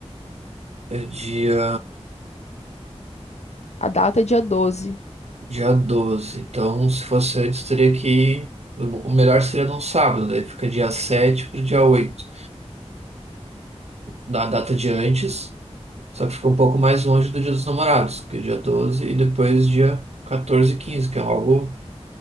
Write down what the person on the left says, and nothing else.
A data é dia doze